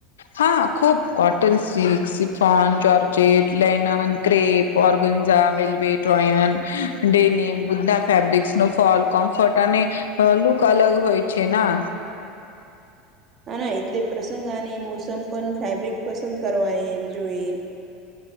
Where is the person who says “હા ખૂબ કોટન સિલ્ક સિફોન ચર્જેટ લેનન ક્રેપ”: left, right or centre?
Left